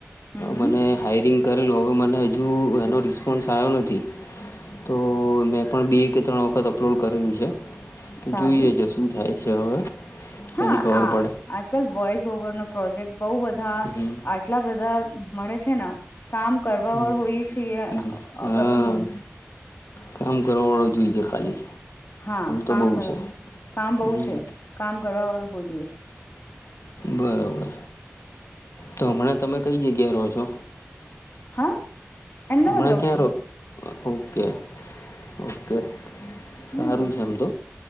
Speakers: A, on the left (about 50°); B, on the left (about 85°).
A: હમ હમ
B: મને હાઈરિંગ કરેલું હવે મને હજુ એનો રિસ્પોન્સ આવ્યો નથી તો મેં પણ બે કે ત્રણ વખત અપલોડ કરેલું છે તો
A: સારું
B: જોઈએ છે શું થાય છે છે હવે
A: હા
B: પછી ખબર
A: આ
B: પડે
A: આજકાલ વોઈસ તો વાળના પ્રોજેક્ટ બઉ બધા
B: હમ
A: આટલા બધા મળે છે ના કામ કરવાવાળું
B: હમ
A: કોઈ છીએ
B: હમ હા
A: કશું નઈ
B: કામ કરવા વાળો જોઈએ ખાલી
A: હા કામ
B: તો બહુ
A: કર
B: છે
A: કામ બહુ
B: હમ
A: છે. કામ કરવા વાળું કોઈ <unintelligible>
B: બરોબર. તો હમણાં તમે કઈ જગ્યાએ રહો છો?
A: હા અમદાવાદ
B: હમણાં
A: રવુ
B: ક્યાં
A: છું.
B: રહો ઓકે ઓકે સારું
A: હમ
B: છે આમ તો.